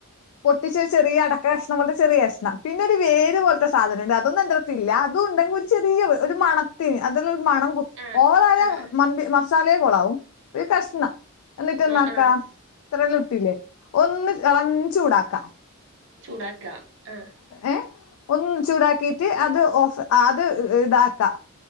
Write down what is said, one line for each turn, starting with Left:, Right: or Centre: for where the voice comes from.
Left: പൊട്ടിച്ച് ഒരു ചെറിയടക്ക കഷണം പോലത്തെ ചെറിയ കഷ്ണം. പിന്നെ, ഒരു വേര് പോലത്തെ സാധനണ്ട്. അതൊന്നും എന്ത ത്തില്ല, അതുണ്ടെങ്കി ഒരു ചെറിയത്, ഒരു മണത്തിന് അതിൽരു മണം,
Right: ആ
Left: ഓവറായ
Right: ആ ആ
Left: മന്തി, മസാലയേ കൊളാവും. ഒരു കഷ്ണം എന്നിട്ട് എന്നാക്ക
Right: മ- ആ
Left: ത്രല്ലോം ഇട്ടിലേ ഒന്ന് ഇളം ചൂടാക്കാ
Right: ചൂടാക്ക ആഹ്.
Left: ഏഹ്? ഒന്ന് ചൂടാക്കീട്ട്, അത് ഓഫ്, അത് ഇതാക്കാ.